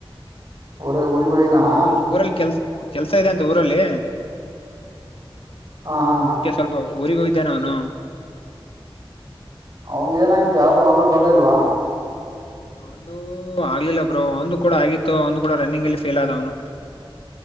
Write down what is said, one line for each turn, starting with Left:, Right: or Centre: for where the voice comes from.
Right: ಉರ ಉ ಊರಿಹೋಗಿದಾನ
Left: ಸ್ವಲ್ಪ ಏನೋ ಊರಲ್ಲಿ ಕೆಲ್ಸ ಕೆಲ್ಸ ಇದೆ ಅಂತ ಊರಲ್ಲಿ
Right: ಹಾ
Left: ಅದಕ್ಕೆ ಸ್ವಲ್ಪ ಹೊ. ಊರಿಗೆ ಹೋಗಿದ್ದಾನೆ ಅವನು
Right: ಅವಂದ ಏನಾಯತಿ ಯಾವ್ದೋ ಒಂದ್ರರು ಬರ್ಲಿಲ್ವಾ
Left: ಒಂದು ಆಗ್ಲಿಲ್ಲ ಬ್ರೋ ಒಂದು ಕೂಡ ಆಗಿತ್ತು ಅವಂದು ಕೂಡ ರನ್ನಿಂಗ್ ಅಲ್ಲಿ ಫೇಲ್ ಆದ ಅವನ